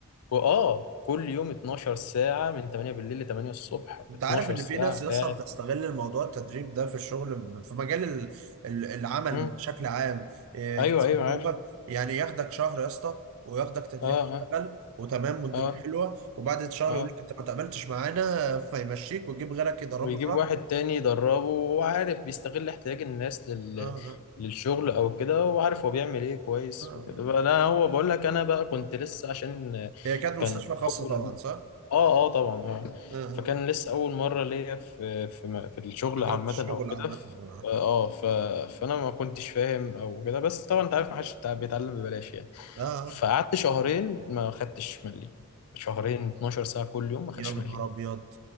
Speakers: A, on the left; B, on the right.
A: كو- آه كل يوم 12 ساعة من 8 بالليل ل 8 الصبح
B: انت
A: 12
B: عارف ان
A: ساعة
B: في ناس لسه
A: قاعد
B: بتستغل الموضوع التدريب ده في الشغل في مجال ال- ال- العمل
A: مم.
B: بشكل عام إيه،
A: أيوه
B: كسبوبه
A: أيوه عارف
B: يعني ياخدك شهر يا اسطى وياخدك تدريب
A: آه
B: تشتغل
A: آه
B: وتمام والدنيا
A: آه
B: حلوه وبعد شهر
A: آه
B: يقول لك انت ما تقبلتش معانا فيمشيك ويجيب غيرك يدربه
A: ويجيب
B: شهر
A: واحد تاني يدربه وهو عارف بيستغل احتياج الناس لل...
B: آه آه
A: للشغل أو كده وعارف هو بيعمل إيه كويس
B: آه. آه.
A: وكده بقى لا هو بقول لك أنا بقى كنت لسه عشان
B: هي كانت مستشفى
A: كان
B: خاصه
A: أول
B: طبعا صح؟
A: اه اه طبعا اه
B: آه آه.
A: فكان
B: آه.
A: لسه اول مره ليا في في م- في الشغل
B: تجربه
A: عامه
B: الشغل
A: او كده
B: عامه
A: ف-
B: آه
A: اه ف فانا ما كنتش فاهم او كده بس طبعا انت عارف ما حدش بتاع- بيتعلم ببلاش يعني
B: آه. آه،
A: فقعدت
B: آه.
A: شهرين ما خدتش مليم شهرين 12 ساعه كل يوم ما خدتش
B: يا نهار
A: مليم
B: ابيض